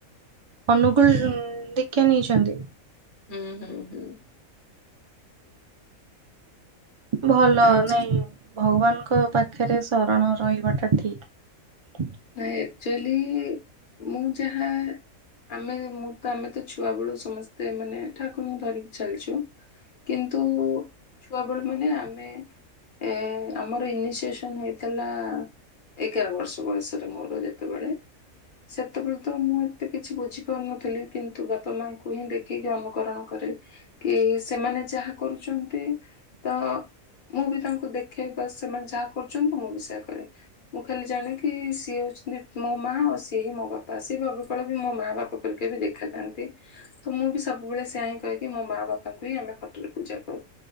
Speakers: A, on the right (about 45°); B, on the left (about 35°).
A: ଅନୁକୁଳ ଦେଖିଆ ନେଇଛନ୍ତି
B: ହୁଁ ହୁଁ ହୁଁ
A: ଭଲ
B: ଆଉ
A: ନାଇଁ ଭଗବାନଙ୍କ ପାଖରେ ଶରଣ ରହିବା ଟା ଠିକ
B: ନା ଏକ୍ଛୁଆଲି ମୁଁ ଯାହା ଆମେ ମୁଁ ତ ଆମେ ତ ଛୁଆ ବେଳୁ ସମସ୍ତେ ମାନେ ଠାକୁରଙ୍କୁ ଧରିକି ଚାଲିଛୁ କିନ୍ତୁ ଛୁଆବେଳୁ ମାନେ ଆମେ ଏ ଆମର ଇନିସିଏସନ ହେଇଥିଲା ଏଗାର ବର୍ଷ ବୟସରେ ମୋର ଯେତେବେଳେ ସେତେବେଳେ ତ ମୁଁ ଏତେ କିଛି ବୁଝିପାରୁନଥିଲି କିନ୍ତୁ ବାପା ମାଙ୍କୁ ହିଁ ଦେଖିକି ଅନୁକରଣ କରେ କି ସେମାନେ ଯାହା କରୁଛନ୍ତି ତ ମୁଁ ବି ତାଙ୍କୁ ଦେଖେ ବା ସେମାନେ ଯାହା କରୁଛନ୍ତି ମୁଁ ବି ସେୟା କରେ ମୁଁ ଖାଲି ଜାଣେ କି ସିଏ ହଉଛନ୍ତି ମୋ ମା ଆଉ ସିଏ ହିଁ ମୋ ବାପା ଆ ସେ ଅବିକଳ ବି ମୋ ମା ବାପା କରିକା ବି ଦେଖାଯାଆନ୍ତି ତ ମୁଁ ବି ସବୁବେଳେ ସେଆ ହିଁ କହିକି ମୋ ମା ବାପାଙ୍କୁ ହିଁ ଆମେ ଫଟୋରେ ପୂଜା କରୁ